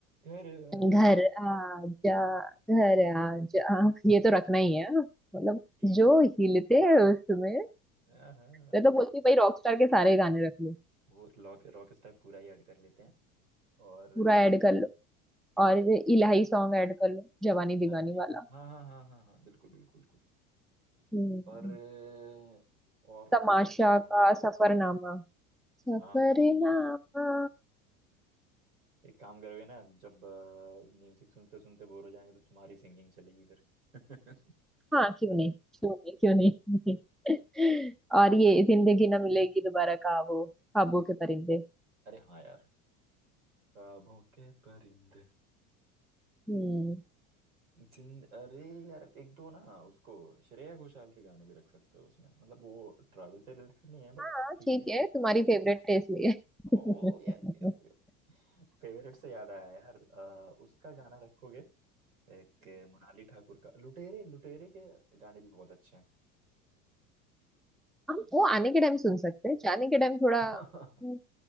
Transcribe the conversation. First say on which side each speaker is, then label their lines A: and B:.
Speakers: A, on the right; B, in the centre.
A: घर आ
B: घर
A: जा।
B: आजा घर आजा ये तो रखना ही है हाँ। मतलब
A: तीन
B: जो हिलते हैं उसमें
A: हाँ हाँ,
B: मैं तो बोलती हूँ, भाई रॉकस्टार के सारे गाने रख लो
A: वो रॉक रॉक स्टार पूरा ही ऐड कर लेते हैं और
B: पूरा
A: अ,
B: ऐड कर लो और ये इलाही सॉन्ग ऐड कर लो जवानी
A: इलाही
B: दीवानी वाला
A: हाँ हाँ हाँ हाँ हाँ बिल्कुल बिल्कुल बिल्कुल
B: हम्म
A: और अ, और
B: तमाशा
A: कुछ अच्छे सॉन्ग
B: का
A: बताओ
B: सफरनामा सफरनामा
A: हाँ एक काम करोगे ना जब म्यूजिक सुनते सुनते बोर हो जाएंगे तो तुम्हारी सिंगिंग चलेगी फिर <laughs>
B: हाँ क्यों नहीं क्यों नहीं क्यों नहीं <laughs> और ये जिंदगी ना मिलेगी दोबारा का वो ख्वाबों
A: जिंदगी
B: के परिंदे
A: अरे हाँ यार ख्वाबों के परिंदे
B: हम्म
A: जिन अरे यार एक दो ना उसको श्रेया घोषाल के गाने भी रख सकते हो उसमें मतलब वो ट्रैवल से रिलेटेड नहीं है बट
B: हाँ
A: ठीक
B: ठीक
A: है
B: है तुम्हारी फेवरेट है इसलिए
A: Oh yes
B: <laughs>
A: yes फेवरेट से याद आया यार अ, उसका गाना रखोगे एक मोनाली ठाकुर का लुटेरे लुटेरे के गाने भी बहुत अच्छे हैं
B: हम वो आने के टाइम सुन सकते हैं जाने के टाइम थोड़ा
A: <laughs>
B: हम्म,